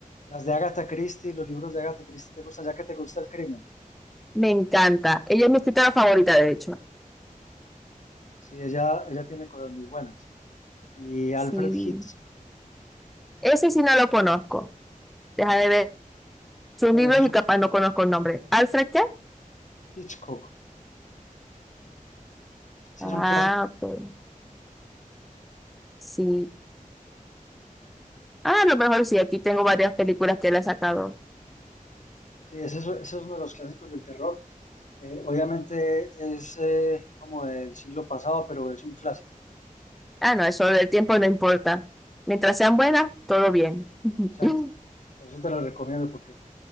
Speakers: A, on the left; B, in the centre.
A: las de Agatha Christie, los libros de Agatha Christie te gustan, ya que te gusta el crimen.
B: Me encanta. Ella es mi escritora favorita, de hecho.
A: Sí, ella, ella tiene cosas muy buenas. Y Alfred
B: Sí.
A: Hitchcock,
B: Ese sí no lo conozco. Deja de ver sus
A: bueno,
B: libros
A: ese es
B: y
A: un
B: capaz no conozco el nombre. ¿Alfred qué?
A: Hitchcock, ese
B: Ah,
A: es un clásico.
B: ok. Sí. Ah, a lo mejor sí. Aquí tengo varias películas que él ha sacado.
A: Sí, ese es, ese es uno de los clásicos del terror. Eh, obviamente es eh, como del siglo pasado, pero es un clásico.
B: Ah, no, eso del tiempo no importa. Mientras sean buenas, todo bien. <laughs>
A: Exacto. Por eso te lo recomiendo, porque